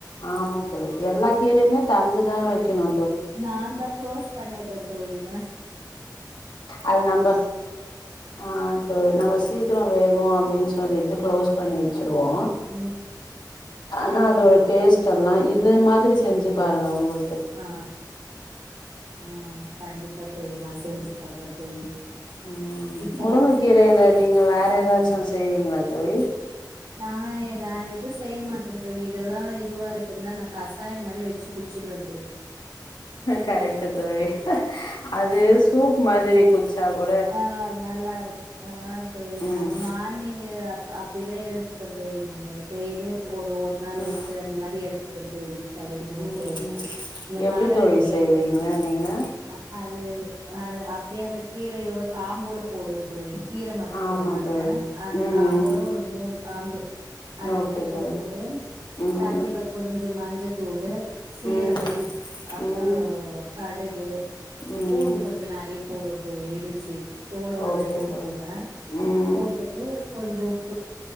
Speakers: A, on the left; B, on the right.
A: ஆமா தோழி எல்லா கீரையுமே தெறந்துதா வெக்கணு
B: நாந்தா குளோஸ் பண்ணிட்றே தோழிதா
A: அது நம்ப ஆ தோழி நம்ம சீக்கிர வேகு அப்டின் சொ ஊதிட்டு க்ளோஸ் பண்ணி வச்சுருவோ
B: ம்
A: ஆனா அது ஒரு டேஸ்டெல்லா இது மாதிரி செஞ்சு பாருங்க உங்களுக்
B: ஆ ஆ கண்டிப்பா தோழி நா செஞ்சு பாக்குறே தோழி
A: ம்
B: இப்ப
A: முருங்க கீரைல நீங்க வேற
B: ம்
A: எதாச்சு செய்வீங்ளா தோழி
B: நா எ வேற எது செய்ய மாட்டே தோழி இதெல்லா இதுவா இருக்குந்தா நா கசாய மாரி வெச்சு குட்ச்சிடுவே
A: கரெக்ட்டு தோழி அது சூப் மாதிரி
B: ம்
A: குட்ச்சாக் கூ
B: ஆ நல்லா இருக் ஆ தோழி நாங்க
A: ம்
B: மார்னிங்கு அப் அப்டிதா எடுத் த்துப்போ தோழி நாங்க டேய்லியு ஒரு ஒரு நாள்
A: ம்
B: விட்டு அந்த மாரி எடுத்துப்போ தோழி சரி முருங்கே
A: ம் ம்
B: இந்த
A: எப்டி
B: மர
A: தோழி
B: இருக்கு
A: செய்வீங்க
B: எங்க வீட்ல
A: நீங்க
B: அ அது அ அப்டியே அந்த கீரையோட காம்போட போடுவே தோழி கீர மட்டு
A: ஆமா
B: போட மாட்டே
A: தோழி
B: அந்த
A: ம்
B: காம்போட ஒரு மூணு ம்பு அத
A: ஓகே
B: எட்த்து போட்டுட்டு
A: தோழி ம்
B: தண்ணில கொஞ்ச மஞ்சத்தூளு சீரகம்
A: ம்
B: அப்றோ
A: ம்
B: கடுகு
A: ம்
B: பூண்டு கொஞ்ச நெறைய போடுவோ தோழி இடிச்சு தோலோடவே
A: ஓகே
B: போட்ருவே
A: தோழி ம்
B: போட்டுட்டு கொஞ்ச உப்பு